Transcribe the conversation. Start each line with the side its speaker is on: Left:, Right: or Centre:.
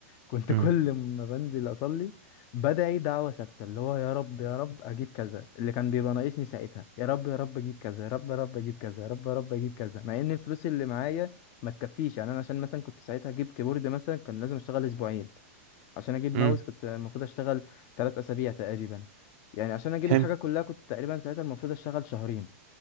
Left: كنت
Right: امم
Left: كل ما بنزل اصلي بدعي دعوة ثابتة اللي هو يا رب يا رب اجيب كذا اللي كان بيبقى ناقصني ساعتها يا رب يا رب اجيب كذا يا رب يا رب اجيب كذا يا رب يا رب اجيب كذا مع ان الفلوس اللي معايا ما تكفيش يعني انا عشان مثلا كنت ساعتها اجيب كيبورد مثلا كان لازم اشتغل اسبوعين عشان اجيب
Right: امم
Left: ماوس كنت المفروض اشتغل ثلاث اسابيع تقريبا يعني عشان اجيب
Right: حلو
Left: الحاجه كلها كنت تقريبا ساعتها المفروض اشتغل شهرين